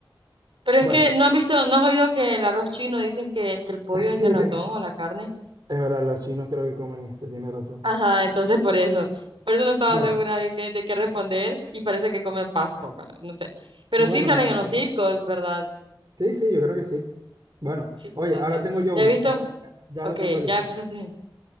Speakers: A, on the right; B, on the right.
A: Pero es
B: Bueno,
A: que no has visto, no has oído que el arroz chino dicen que, que el pollo
B: <laughs> sí,
A: es de ratón
B: es
A: o la carne.
B: Es verdad, los chinos creo que comen esto, tiene razón.
A: Ajá, entonces por eso, por eso no estaba
B: Bueno,
A: segura de qué, de qué responder y parece que comen pasto, bueno, no sé. Pero
B: bueno,
A: sí salen
B: no sabía.
A: en los circos, ¿verdad?
B: Sí, sí, yo creo que sí. Bueno,
A: Sí, entonces,
B: oye, ahora tengo yo
A: ¿ya
B: uno.
A: he visto?
B: Ya, ya- ya
A: Ok,
B: lo tengo listo.
A: ya empezaste.